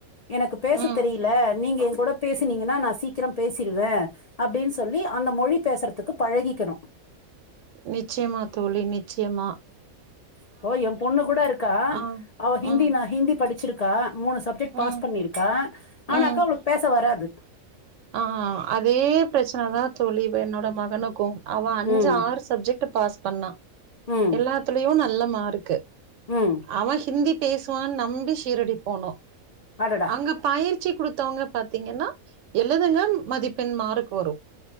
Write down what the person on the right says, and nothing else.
ம்.
நிச்சியமா தோழி நிச்சியமா
ஆ,
ம்,
ம்,
ம்.
ஆ அதே பிரச்சன தா தோழி இவ என்னோட மகனுக்கு அவ அஞ்சு
ஆறு சப்ஜெக்ட் பாஸ் பண்ணா
எல்லாத்துலயு நல்ல மார்க்கு
அவ ஹிந்தி பேசுவான்னு நம்பி ஷீரடி போனோ
அங்க பயிற்சி குடுத்தவங்க பாத்தீங்கன்னா எழுதுங்க மதிப்பெண் மார்க்கு வரு